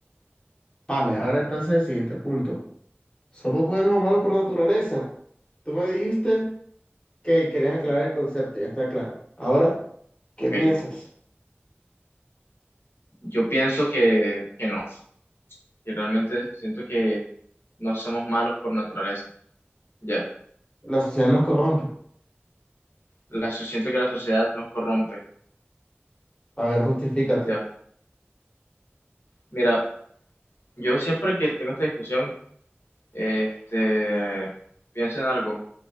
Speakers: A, on the left (about 25°); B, on the left (about 65°).
A: Vale, ahora entonces el siguiente punto. ¿Somos buenos o malos por naturaleza? Tú me dijiste... que querías aclarar el concepto, ya está claro. Ahora, ¿qué
B: Ok.
A: piensas?
B: Yo pienso que, que no, que realmente siento que no somos malos por naturaleza, ya.
A: La sociedad nos corrompe.
B: La, siento que la sociedad nos corrompe,
A: A ver, justifícate.
B: ya. Mira, Yo siempre que tengo esta discusión, este, pienso en algo.